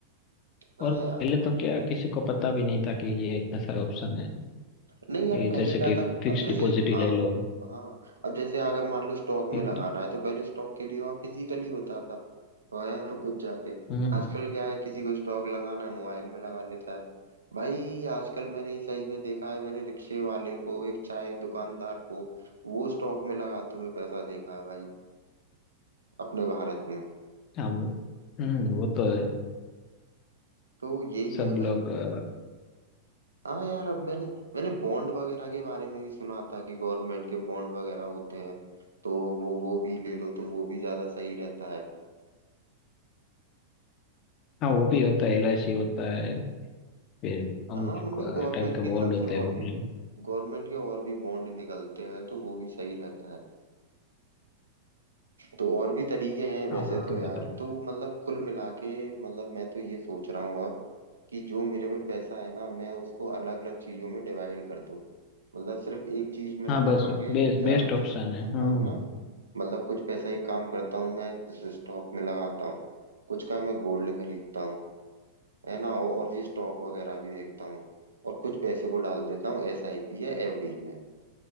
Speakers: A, on the right; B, on the left.
A: हाँ
B: और पहले
A: यार
B: तो क्या किसी को पता भी नहीं था कि ये इतना सारा ऑप्शन है
A: नहीं यार
B: ये
A: पहले
B: जैसे
A: क्या
B: कि
A: था
B: फिक्स
A: अब जैसे
B: डिपॉजिट ही
A: हाँ
B: ले लो
A: हाँ अब जैसे अगर मान लो स्टॉक में
B: एक
A: लगाना है तो पहले स्टॉक के लिए वहाँ फिजिकली होता था वह <laughs> कुछ जाके
B: हम्म
A: आजकल क्या है किसी को स्टॉक लगाना है मोबाइल में लगा लेता है भाई आजकल मैंने सही में देखा है मैंने रिक्शे वाले को एक चाय दुकानदार को वो स्टॉक में लगाते हुए पैसा देखा है भाई अपने भारत में
B: हाँ वो हम्म वो तो है
A: तो यही
B: सब
A: है भाई
B: लोग अ,
A: हाँ यार अब मैंने मैंने बॉन्ड वगैरह के बारे में भी सुना था कि गवर्नमेंट के बॉन्ड वगैरह होते हैं तो वो वो भी ले लो तो वो भी ज्यादा सही रहता है
B: हाँ वो भी होता है एलआईसी होता है फिर अमुक
A: हाँ मतलब गवर्नमेंट
B: टाइप के
A: की
B: बॉन्ड
A: तरफ
B: होते
A: से
B: हैं
A: और
B: वो प्लेयर
A: भी गवर्नमेंट के और भी बॉन्ड निकलते हैं तो वो भी सही रहता है तो और भी तरीके हैं वैसे
B: हाँ वो
A: तो
B: तो
A: यार
B: रहता है
A: तो मतलब कुल मिला के मतलब मैं तो ये सोच रहा हूँ अब कि जो मेरे पे पैसा है ना मैं उसको अलग अलग चीजों में डिवाइड कर दूँ मतलब सिर्फ एक चीज में ना
B: हाँ
A: लगा
B: बस
A: के
B: बेस्ट
A: चारों
B: बेस्ट ऑप्शन
A: चीजों में लगा-
B: है हम्म
A: हाँ ना मतलब कुछ पैसा एक काम करता हूँ मैं स्टॉक में लगाता हूँ कुछ का मैं गोल्ड खरीदता हूँ है ना और और ये स्टॉक वगैरह भी देखता हूँ और कुछ पैसे को डाल देता हूँ एसआईपी या एफडी में